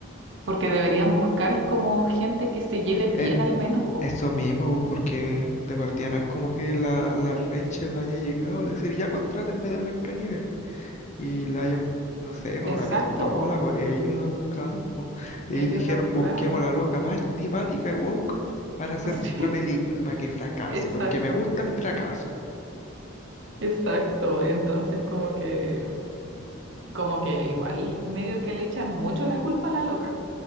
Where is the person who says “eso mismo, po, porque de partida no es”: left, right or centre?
Left